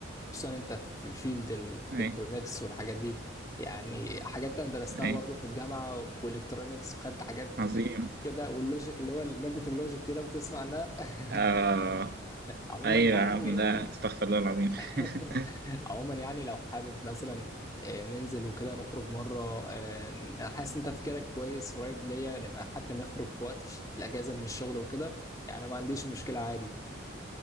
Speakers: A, on the left; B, on the right.
A: خصوصا انت في فيلد الالكترونيكس
B: أي
A: والحاجات دي يعني حاجات انا درستها
B: أي
A: برضو في الجامعه والالكترونيكس وخدت حاجات
B: عظيم
A: كده واللوجيك اللي هو ماده اللوجيك دي لو تسمع عنها <laughs>
B: آه
A: عموما
B: أيوة
A: يعني
B: يا عم لا استغفر الله العظيم
A: <laughs>
B: <laughs>
A: عموما يعني لو حابب مثلا آه، ننزل وكده نخرج مره آه، انا حاسس انت تفكيرك كويس قريب ليا نبقى حتى نخرج في وقت ش- الاجازه من الشغل وكده يعني ما عنديش مشكله عادي